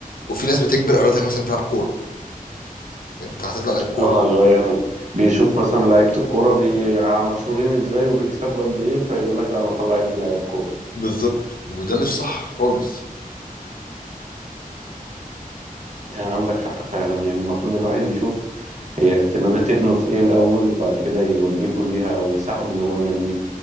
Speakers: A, on the left; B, on the right.
A: وفي ناس بتجبر اولادها مثلا تلعب كوره انت هتطلع لعيب كوره
B: اه اللي هو يعني بيشوف مثلا لعيبة الكورة بي... مشهورين ازاي وبيكسبوا قد ايه فيقول لك لا انا اطلع ابني لعيب كورة
A: بالظبط وده مش صح خالص
B: انت عندك حق فعلا يعني المفروض الواحد يشوف هي اهتمامات ابنه في ايه الاول وبعد كده يوجهه ليها او يساعده ان هو ينميها